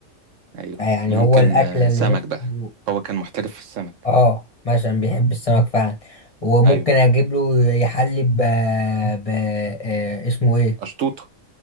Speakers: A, on the right; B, on the left.
A: ايوه
B: يعني
A: ممكن
B: هو الاكله
A: آه،
B: اللي
A: سمك
B: نفسه
A: بقى هو كان محترف في السمك
B: اه مثلا بيحب السمك فعلا وممكن
A: ايوه
B: اجيب له يحلي ب... ب... آه، اسمه ايه
A: اشطوطه